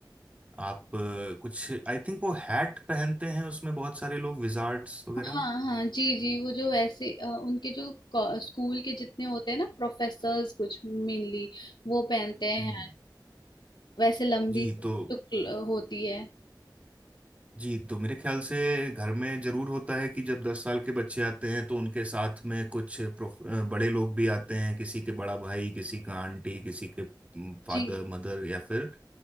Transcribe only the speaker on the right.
आप अ, कुछ आई थिंक वो हैट पहनते हैं उसमें बहुत सारे लोग विजार्ड्स वगैरह
हम्म,
जी
तो
जी तो मेरे ख्याल से घर में जरूर होता है कि जब दस साल के बच्चे आते हैं तो उनके साथ में कुछ प्रोफ- अ, बड़े लोग भी आते हैं किसी के बड़ा भाई किसी का आंटी किसी के फादर
मदर या फिर